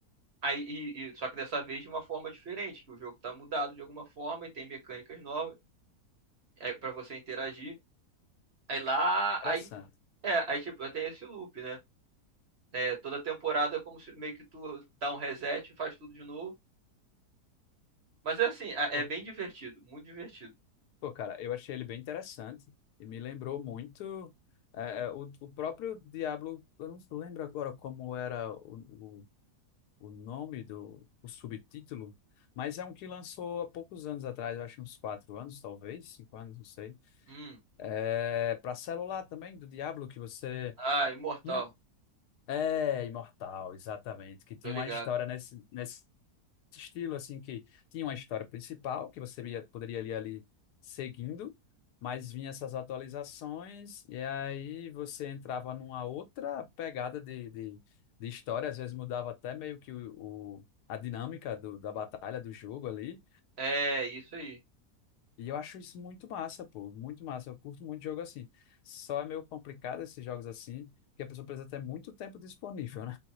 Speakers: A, on the right (about 45°); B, on the left (about 80°).
A: aí e- e- só que dessa vez de uma forma diferente, que o jogo tá mudado de alguma forma e tem mecânicas novas é, para você interagir. Aí lá,
B: Interessante.
A: aí é, aí tipo, tem esse loop, né? É, toda temporada é como se meio que tu dá um reset e faz tudo de novo. Mas é assim, é
B: Pô,
A: é bem divertido, muito divertido.
B: pô, cara, eu achei ele bem interessante e me lembrou muito é, é, o, o próprio Diablo. Eu não lembro agora como era o, o, o nome do o subtítulo, mas é um que lançou há poucos anos atrás, eu acho uns quatro anos, talvez, cinco anos, não sei.
A: Hum.
B: É, para celular também, do Diablo, que você.
A: Ah, imortal.
B: tinha- É, Imortal, exatamente, que tinha
A: Tô ligado.
B: uma história nesse, nesse estilo assim que tinha uma história principal que você ia- poderia ir ali seguindo, mas vinha essas atualizações e aí você entrava numa outra pegada de, de, de história, às vezes mudava até meio que o, o- a dinâmica do, da batalha, do jogo ali,
A: É, isso aí.
B: e eu acho isso muito massa, pô, muito massa, eu curto muito jogo assim, só é meio complicado esses jogos assim, porque a pessoa precisa ter muito tempo disponível, né,